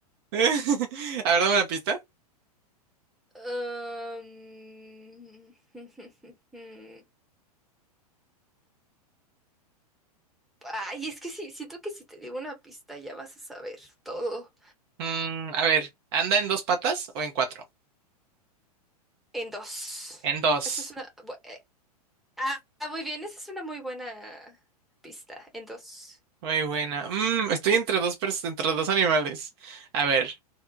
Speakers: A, on the right; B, in the centre.
A: <laughs> A ver, dame una pista.
B: Um, <laughs> Ay, es que sí, siento que si te digo una pista ya vas a saber todo
A: Mm, a ver, ¿anda en dos patas o en cuatro?
B: en dos.
A: En dos.
B: Esa es una... bu- eh, Ah, ah, muy bien, esa es una muy buena pista, en dos.
A: Muy buena. Mm, estoy entre dos pers- entre dos animales. A ver,